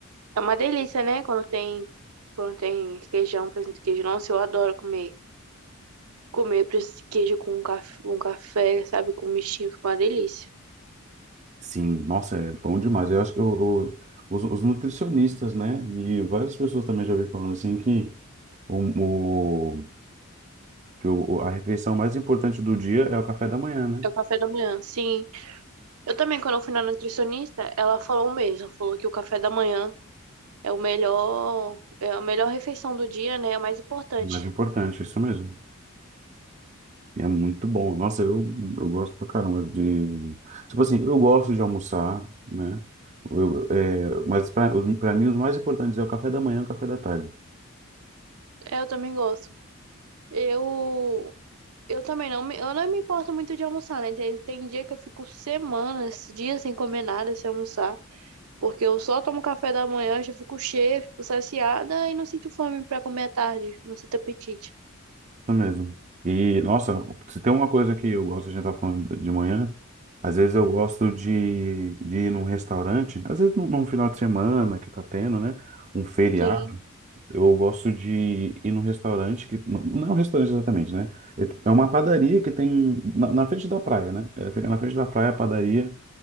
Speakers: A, on the right; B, on the right.
A: É uma delícia, né? Quando tem, quando tem queijão, presunto e queijo. Nossa, eu adoro comer. Comer presunto de queijo com café, com café, sabe? Com mexinho, fica uma delícia.
B: Sim, nossa, é bom demais. Eu acho que eu, eu- os, os nutricionistas, né? E várias pessoas também já ouvi falando assim que, o, o- que o, a refeição mais importante do dia é o café da manhã, né?
A: É o café da manhã, sim. Eu também, quando eu fui na nutricionista, ela falou o mesmo. Falou que o café da manhã é o melhor, é a melhor refeição do dia, né? É o mais importante.
B: É Mais importante, é isso mesmo. E é muito bom. Nossa, eu, eu gosto pra caramba de. Tipo assim, eu gosto de almoçar, né? Eu, é, mas pra, pra mim, os mais importantes é o café da manhã e o café da tarde.
A: É, eu também gosto. Eu, eu também não me, eu não me importo muito de almoçar, né? Tem, tem dia que eu fico semanas, dias sem comer nada, sem almoçar. Porque eu só tomo café da manhã, já fico cheia, fico saciada e não sinto fome pra comer à tarde. Não sinto apetite.
B: Isso mesmo. E, nossa, se tem uma coisa que eu gosto, a gente tá falando de manhã, às vezes eu gosto de, de ir num restaurante, às vezes num, num final de semana que tá tendo, né? Um feriado,
A: Sim,
B: eu gosto de ir num restaurante que, não não é um restaurante exatamente, né? É tipo- é uma padaria que tem na, na frente da praia, né? É, Fica na frente da praia a padaria.